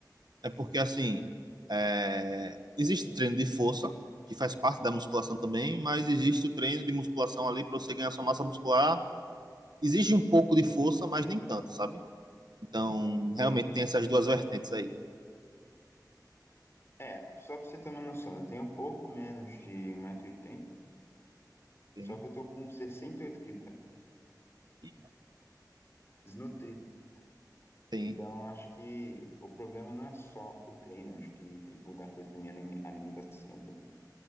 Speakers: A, on the right; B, on the left.
A: é porque assim, é, existe treino de força, que faz parte da musculação também, mas existe o treino de musculação ali para você ganhar sua massa muscular exige um pouco de força, mas nem tanto, sabe? Então,
B: entendi.
A: realmente tem essas duas vertentes aí.
B: É, só pra você ter uma noção, eu tenho um pouco menos de um metro e oitenta
A: Tem,
B: só que eu tô com 68 quilos, cara,
A: e
B: desnutrido.
A: tem,
B: Então, acho que o problema não é só o treino, acho que tem que mudar coisa da minha alime- alimentação também.